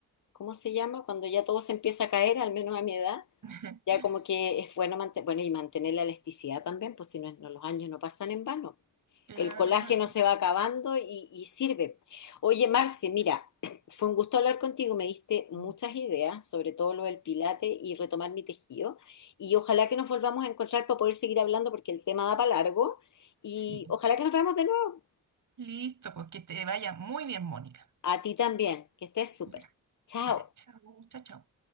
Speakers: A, on the left; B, on the right.
A: ¿cómo se llama? Cuando ya todo se empieza a caer, al menos a mi edad.
B: <laughs>
A: Ya como que es bueno, mante- bueno y mantener la elasticidad también, pues si no, no los años no pasan en vano.
B: Claro,
A: El colágeno
B: así
A: se va
B: que.
A: acabando y, y sirve. Oye, Marce, mira, <clears throat> fue un gusto hablar contigo, me diste muchas
B: mm.
A: ideas, sobre todo lo del pilate y retomar mi tejido. Y ojalá que nos volvamos a encontrar para poder seguir hablando porque el tema da para largo. Y
B: Sí.
A: ojalá que nos veamos de nuevo.
B: Listo, pues que te vaya muy bien, Mónica.
A: A ti también, que estés súper.
B: Ya,
A: Chao.
B: ya. Chao, chao, chao.